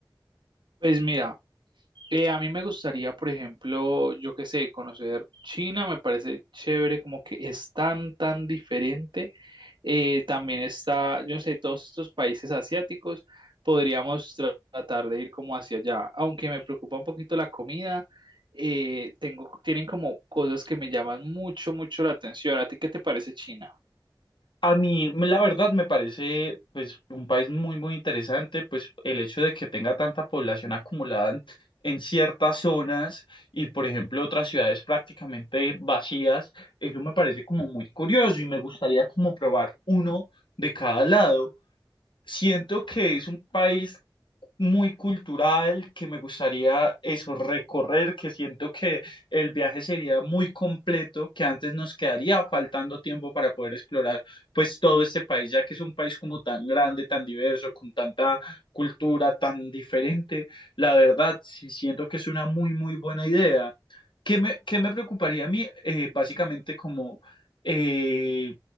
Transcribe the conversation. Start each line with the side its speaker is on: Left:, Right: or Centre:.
Right: Pues mira, eh, a mí me gustaría, por ejemplo, yo qué sé, conocer China, me parece chévere, como que es tan, tan diferente. Eh, también está, yo no sé, todos estos países asiáticos, podríamos tra- tratar de ir como hacia allá, aunque me preocupa un poquito la comida, eh, tengo, tienen como cosas que me llaman mucho, mucho la atención. ¿A ti qué te parece China?
Left: A mí, la verdad, me parece pues un país muy, muy interesante, pues el hecho de que tenga tanta población acumulada en, en ciertas zonas y, por ejemplo, otras ciudades prácticamente vacías, eso me parece como muy curioso y me gustaría como probar uno de cada lado. Siento que es un país muy cultural, que me gustaría eso, recorrer, que siento que el viaje sería muy completo, que antes nos quedaría faltando tiempo para poder explorar pues todo este país, ya que es un país como tan grande, tan diverso, con tanta cultura tan diferente. La verdad, sí siento que es una muy, muy buena idea. ¿Qué me, qué me preocuparía a mí? Eh, básicamente como... eh,